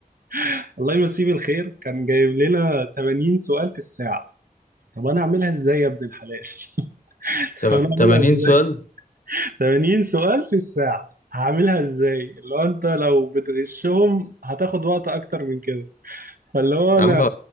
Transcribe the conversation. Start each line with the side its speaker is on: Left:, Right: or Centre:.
Right: <laughs> الله يمسيه بالخير كان جايب لنا 80 سؤال في الساعه طب انا اعملها ازاي يا ابن الحلال <laughs>
Left: تم-
Right: انا اعملها
Left: 80
Right: ازاي
Left: سؤال
Right: 80 سؤال في الساعة هعملها ازاي؟ اللي هو انت لو بتغشهم هتاخد وقت اكتر من كده فاللي هو
Left: يا
Right: انا
Left: عم